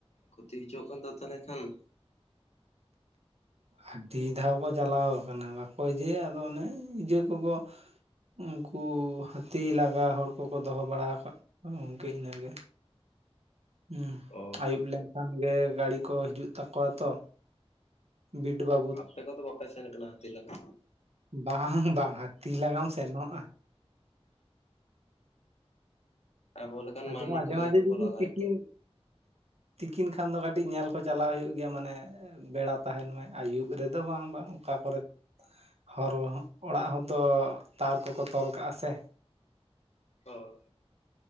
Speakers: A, on the left (about 80°); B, on the right (about 75°).
A: ᱠᱷᱚᱛᱤ ᱦᱚᱪᱚᱣᱟᱼᱜ ᱠᱟᱱ᱾ ᱛᱚ ᱛᱟᱦᱚᱞᱮ ᱠᱷᱟᱱ
B: ᱟᱹᱰᱤ ᱫᱷᱽᱟᱣ ᱠᱚ ᱪᱟᱞᱟᱣ ᱠᱟᱱᱟ᱾ ᱵᱟᱠᱚ ᱤᱡᱮ ᱟᱫᱚ ᱚᱱᱮ ᱤᱡᱮ ᱠᱚᱼᱠᱚ ᱩᱱᱠᱩ ᱦᱟᱹᱛᱤ ᱞᱟᱜᱟ ᱦᱚᱲ ᱠᱚᱼᱠᱚ ᱫᱚᱦᱚᱸ ᱵᱟᱲᱟ ᱟᱠᱟᱫ ᱠᱚᱣᱟ᱾ <unintelligible> ᱤᱱᱟᱹᱜᱮ ᱦᱚᱸ
A: ᱚ
B: ᱟᱹᱭᱩᱵ ᱞᱮᱱᱠᱷᱟᱱ ᱜᱮ, ᱜᱟᱹᱲᱤ ᱠᱚ ᱦᱤᱡᱩᱼᱜ ᱛᱟᱠᱚᱣᱼᱟ ᱾ ᱛᱚ ᱵᱤᱴ ᱵᱟᱵᱟ᱾
A: ᱟᱯᱮ ᱠᱚᱼᱫᱚ ᱵᱟᱯᱮ ᱥᱮᱱ ᱠᱟᱱᱟ᱾ ᱦᱟᱹᱛᱤ ᱞᱟᱜᱟ᱾
B: ᱵᱟᱝ - ᱵᱟᱝ ᱦᱟᱹᱛᱤ ᱞᱟᱜᱟᱢ ᱥᱮᱱᱚᱜᱼᱟ᱾
A: ᱟᱵᱚ ᱞᱮᱠᱟᱱ
B: ᱟᱫᱚ
A: ᱢᱟᱹᱱᱢᱤ
B: ᱢᱟᱡᱷᱮ
A: ᱠᱚᱜᱮ,
B: ᱢᱟᱡᱷᱮ
A: ᱛᱚ-ᱠᱚ
B: ᱡᱩᱫᱤ
A: ᱞᱟᱜᱟ
B: ᱛᱤᱠᱤᱱ
A: ᱭᱮᱫ ᱠᱚᱣᱟ ᱾
B: ᱛᱤᱠᱤᱱ ᱠᱷᱟᱱ ᱫᱚ᱾ ᱠᱟᱹᱴᱤᱡ ᱧᱮᱞ ᱠᱚ᱾ ᱪᱟᱞᱟ-ᱣ ᱦᱩᱭᱩᱼᱜ ᱜᱮᱭᱟ ᱢᱟᱱᱮ ᱵᱮᱲᱟ ᱛᱟᱦᱮᱱ ᱢᱟᱭ᱾ ᱟᱹᱭᱩᱵ ᱨᱮ-ᱫᱚ ᱵᱟᱝ - ᱵᱟᱝ ᱚᱠᱟ ᱠᱚᱨᱮ ᱦᱚᱨ ᱚᱲᱟᱜ ᱦᱚᱸᱛᱚ ᱛᱟᱨ ᱠᱚᱼᱠᱚ ᱛᱚᱞ ᱠᱟᱜᱼᱟ᱾ ᱥᱮ
A: ᱦᱳᱭ